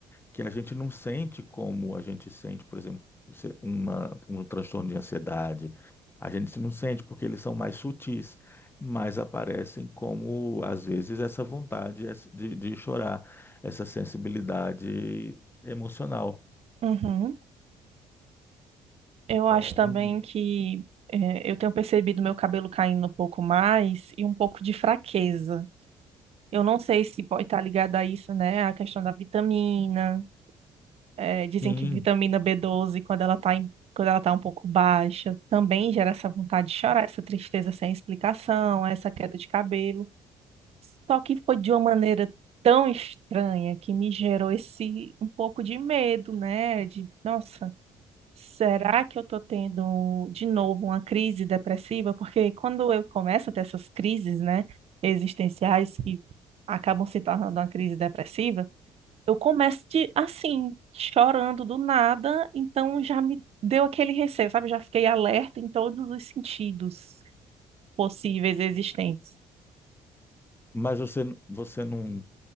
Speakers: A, on the left; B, on the right.
A: que a gente não sente como a gente sente, por exemplo, se- uma, um transtorno de ansiedade. A gente se não sente porque eles são mais sutis, mas aparecem como, às vezes, essa vontade essa- de, de chorar, essa sensibilidade emocional.
B: uhum. Eu
A: Então,
B: acho também
A: hum,
B: que é, eu tenho percebido meu cabelo caindo um pouco mais e um pouco de fraqueza. Eu não sei se pode estar ligado a isso, né? A questão da vitamina. É, dizem
A: sim,
B: que vitamina B12, quando ela tá em- quando ela tá um pouco baixa, também gera essa vontade de chorar, essa tristeza sem explicação, essa queda de cabelo. Só que foi de uma maneira tão estranha que me gerou esse um pouco de medo, né? De, nossa. Será que eu tô tendo de novo uma crise depressiva? Porque quando eu começo a ter essas crises, né, existenciais que acabam se tornando uma crise depressiva, eu começo de, assim, chorando do nada, então já me deu aquele receio, sabe? Já fiquei alerta em todos os sentidos possíveis e existentes.
A: mas você, você não,